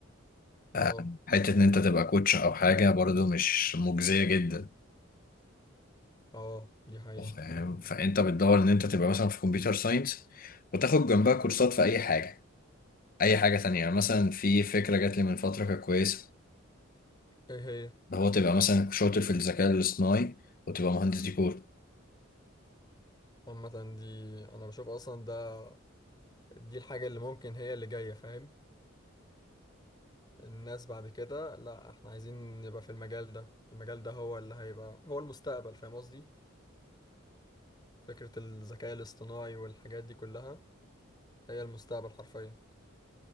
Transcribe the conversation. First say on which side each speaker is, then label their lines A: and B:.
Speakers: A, on the left; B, on the left.
A: اه
B: آه، حته ان انت تبقى كوتش او حاجه برضو مش مجزيه جدا
A: اه دي حقيقة
B: فاهم فانت بتدور ان انت تبقى مثلا في كمبيوتر ساينس وتاخد جنبها كورسات في اي حاجه اي حاجه تانية يعني مثلا في فكره جات لي من فتره كانت كويسه
A: ايه هي
B: ده هو تبقى مثلا شاطر في الذكاء الاصطناعي وتبقى مهندس ديكور
A: عامة دي انا بشوف اصلا ده دي الحاجة اللي ممكن هي اللي جاية فاهم الناس بعد كده لا احنا عايزين نبقى في المجال ده المجال ده هو اللي هيبقى هو المستقبل فاهم قصدي فكرة الذكاء الاصطناعي والحاجات دي كلها هي المستقبل حرفيا